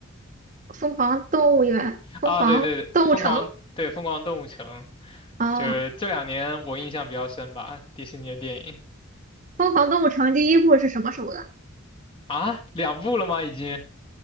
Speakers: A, on the right (about 35°); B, on the left (about 25°).
A: 《疯狂动物园》《疯狂动物城》
B: 啊，对对，对疯狂对疯狂动物城，
A: 啊，
B: 就是这两年我印象比较深吧，迪士尼的电影
A: 《疯狂动物城》第一部是什么时候的？
B: 啊，两部了吗？已经